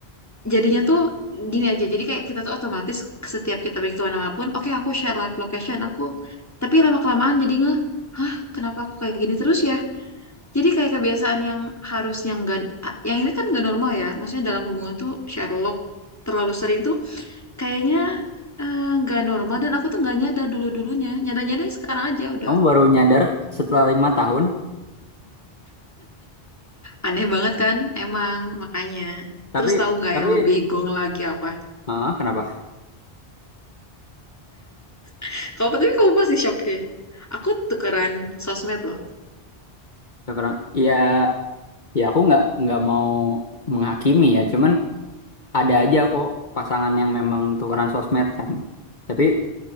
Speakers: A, on the left; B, on the left.
A: jadinya tuh gini aja jadi kayak kita tuh otomatis setiap kita pergi kemana pun oke aku share live location aku tapi lama kelamaan jadi ngeh hah kenapa aku kayak gini terus ya jadi kayak kebiasaan yang harusnya nggak ah, yang ini kan nggak normal ya maksudnya dalam hubungan tuh share log terlalu sering tuh kayaknya eh, nggak normal dan aku tuh nggak nyadar dulu dulunya nyadar nyadar sekarang aja udah
B: Kamu baru nyadar setelah lima tahun.
A: aneh banget kan emang makanya
B: Tapi
A: terus tahu nggak
B: tapi
A: yang lebih gong lagi apa
B: ah kenapa?
A: <laughs> kalau tapi kamu pasti shock sih aku tukeran sosmed loh
B: Ya, karena ya ya aku nggak nggak mau menghakimi ya. Cuman ada aja kok pasangan yang memang tukeran sosmed kan. Tapi